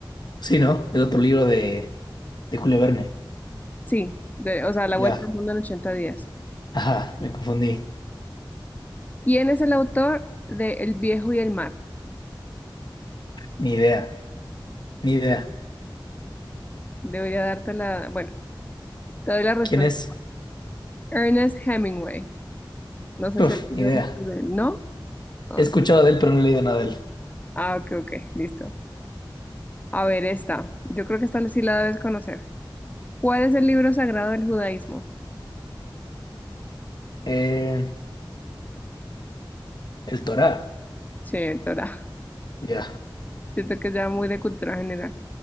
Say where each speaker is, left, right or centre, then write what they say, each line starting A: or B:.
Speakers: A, on the left; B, on the left.
A: Sí, ¿no? Es otro libro de, de Julio Verne.
B: Sí. De- o sea, La
A: Ya.
B: Vuelta al Mundo en ochenta días.
A: Ajá, me confundí.
B: ¿Quién es el autor de El viejo y el mar?
A: Ni idea. Ni idea.
B: Debería darte la... Bueno, te doy la respuesta.
A: ¿Quién es?
B: Ernest Hemingway. No sé
A: Uf,
B: si has leído
A: ni idea.
B: el libro de él. ¿No? Ah,
A: He escuchado de él, pero no he leído nada de él.
B: ah, ok, ok. Listo. A ver, esta. Yo creo que esta sí la debes conocer. ¿Cuál es el libro sagrado del judaísmo?
A: Eh, el Torá.
B: Sí, el Torá.
A: Ya.
B: Siento que es ya muy de cultura general.